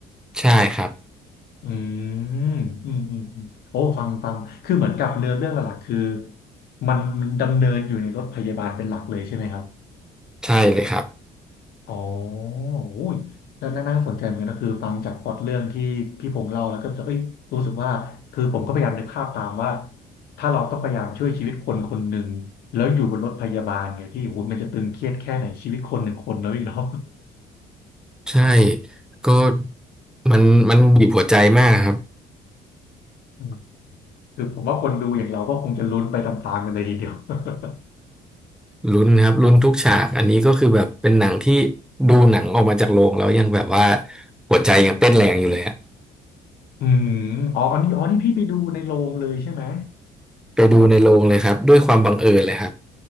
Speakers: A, in the centre; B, on the left.
A: ใช่ครับ
B: อืมอืมอืมอืมโอ้ฟังฟังคือเหมือนกับเนื้อเรื่องหลักๆคือมันมันดำเนินอยู่ในรถพยาบาลเป็นหลักเลยใช่ไหมครับ
A: ใช่เลยครับ
B: อ๋อโอ้ยแล้วน่าน่าสนใจเหมือนกันนะคือฟังจากพล็อตเรื่องที่พี่พงษ์เล่าแล้วก็รู้สึกเอ้ยรู้สึกว่าคือผมก็พยายามนึกภาพตามว่าถ้าเราต้องพยายามช่วยชีวิตคนคนหนึ่งแล้วอยู่บนรถพยาบาลเนี่ยที่โอ้โหมันจะตึงเครียดแค่ไหนชีวิตคนหนึ่งคนแล้วอีกเนาะ
A: ใช่ก็มันมันบีบหัวใจมากครับ
B: <laughs> คือผมว่าคนดูอย่างเราก็คงจะลุ้นไปตามๆกันเลยทีเดียว <laughs>
A: ลุ้นครับลุ้นทุกฉากอันนี้ก็คือแบบเป็นหนังที่ดูหนังออกมาจากโรงแล้วยังแบบว่าหัวใจยังเต้นแรงอยู่เลยฮะ
B: อืมอ๋ออันนี้อ๋อนี่พี่ไปดูในโรงเลยใช่ไหม
A: ไปดูในโรงเลยครับด้วยความบังเอิญเลยครับ